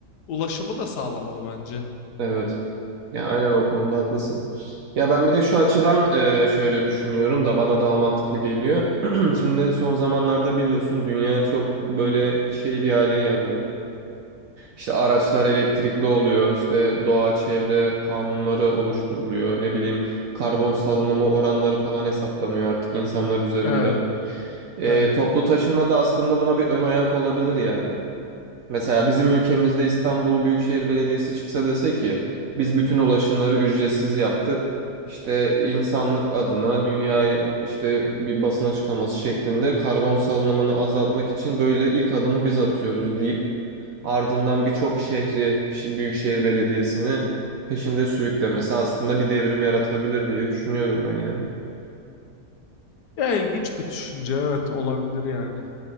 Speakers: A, on the left; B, on the right.
A: ulaşımı da sağlamalı bence.
B: Evet. Ya aynen o konuda haklısın. Ya ben bir de şu açıdan e, şöyle düşünüyorum da bana daha mantıklı geliyor. <clears throat> Şimdi son zamanlarda biliyorsun dünya çok böyle şey bir hale geldi. İşte araçlar elektrikli oluyor, işte doğa çevre kanunları oluşturuluyor. Ne bileyim karbon salınımı oranları falan hesaplanıyor artık insanlar üzerinde.
A: Evet,
B: E,
A: evet.
B: toplu taşıma da aslında buna bir ön ayak olabilir yani. Mesela bizim ülkemizde İstanbul Büyükşehir Belediyesi çıksa dese ki biz bütün ulaşımları ücretsiz yaptık. İşte insanlık adına dünyaya işte bir basın açıklaması şeklinde karbon salınımını azaltmak için böyle ilk adımı biz atıyoruz deyip ardından birçok şehri şi- Büyükşehir Belediyesi'ni peşinde sürüklemesi aslında bir devrim yaratabilir diye düşünüyorum ben yani.
A: Ya ilginç bir düşünce evet olabilir yani.